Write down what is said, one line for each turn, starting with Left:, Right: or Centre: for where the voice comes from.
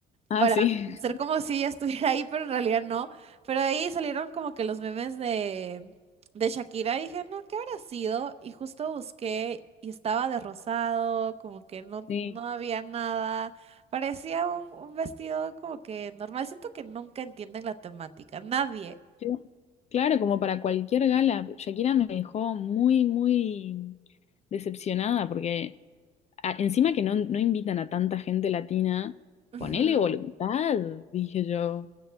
Left: Ah,
Right: para
Left: sí.
Right: hacer como si ella estuviera ahí, pero en realidad no. Pero de ahí salieron como que los memes de, de Shakira y dije, no, ¿qué habrá sido? Y justo busqué y estaba de rosado, como que no,
Left: Sí,
Right: no había nada. Parecía un, un vestido como que normal. Siento que nunca entienden la temática, nadie.
Left: sí. claro, como para cualquier gala. Shakira me dejó muy, muy decepcionada porque a- encima que no, no invitan a tanta gente latina,
Right: Ujú.
Left: ponele voluntad, dije yo.